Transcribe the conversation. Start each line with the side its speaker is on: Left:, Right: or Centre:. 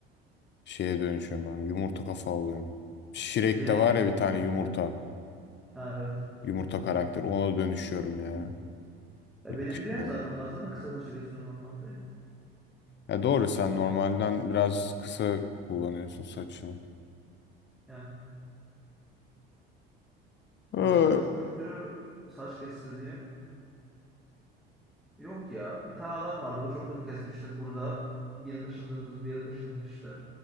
Left: şeye dönüşüyorum. ben, yumurta kafa oluyorum. Shrek'te
Centre: Ya beni
Left: var ya bir tane yumurta.
Centre: ha, evet.
Left: Yumurta karakter. Ona dönüşüyorum ya.
Centre: Ya
Left: Yakışmıyor
Centre: beni biliyorsun zaten.
Left: bana.
Centre: Ben zaten kısa saçla geziyorum normalde.
Left: Ya doğru sen normalden biraz kısa kullanıyorsun saçını.
Centre: Yani.
Left: Ee,
Centre: Başka
Left: Hı
Centre: çok kötü saç kestirdiğim yok ya. Bir tane adam vardı o çok kötü kesmişti burada. Yeni taşındığımız bir yere taşındık işte.